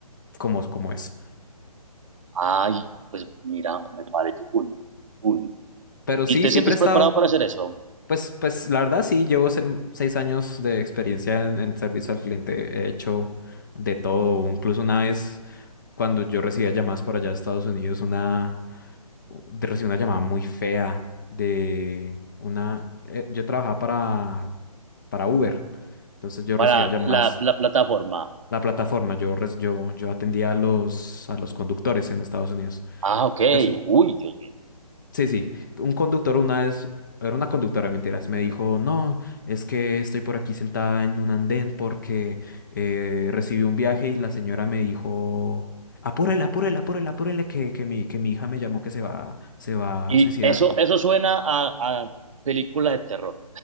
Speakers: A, on the left; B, on the right.
A: como, como es.
B: Ay, pues mira, me parece cool, cool.
A: Pero
B: ¿Y
A: sí,
B: te
A: siempre
B: sientes
A: he estado.
B: preparado para hacer eso?
A: Pues, pues la verdad sí, llevo se- seis años de experiencia en, en servicio al cliente. He hecho de todo. Incluso una vez cuando yo recibía llamadas por allá a Estados Unidos, una de- recibí una llamada muy fea de una. eh, yo trabajaba para, para Uber. Entonces yo
B: para
A: recibía llamadas.
B: la, la plataforma.
A: La plataforma, yo, res- yo, yo atendía a los, a los conductores en Estados Unidos.
B: Ah, ok.
A: Entonces,
B: Uy, Dios mío.
A: Sí, sí. Un conductor una vez, era una conductora, mentiras, me dijo, no, es que estoy por aquí sentada en un andén porque eh, recibí un viaje y la señora me dijo, apúrele, apúrele, apúrele, apúrele, que, que mi, que mi hija me llamó que se va, se va
B: Y
A: a suicidar.
B: eso, eso suena a, a película de terror.